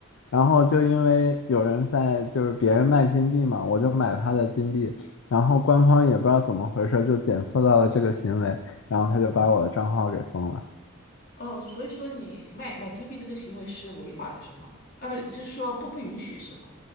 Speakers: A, on the left; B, on the left.
A: 然后就因为有人在，就是别人卖金币嘛，我就买他的金币，然后官方也不知道怎么回事，就检测到了这个行为，然后他就把我的账号给封了。
B: 哦，所以说你卖买金币这个行为是违法的是吗？啊，不，就是说不不允许是吗？